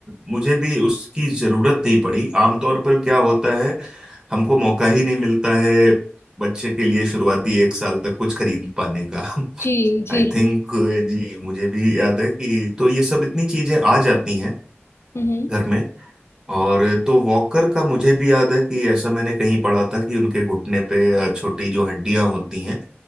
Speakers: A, on the right (about 20°); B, on the left (about 65°).
A: मुझे भी उसकी जरूरत नहीं पड़ी आमतौर पर क्या होता है हमको मौका ही नहीं मिलता है बच्चे के लिए शुरुआती एक साल तक कुछ खरीद पाने का <laughs>
B: जी जी
A: आई थिंक जी मुझे भी याद है कि तो ये सब इतनी चीजें आ जाती हैं
B: हम्म
A: घर में और तो वॉकर का मुझे भी याद है कि ऐसा मैंने कहीं पढ़ा था कि उनके घुटने पे अ, छोटी जो हड्डियां होती हैं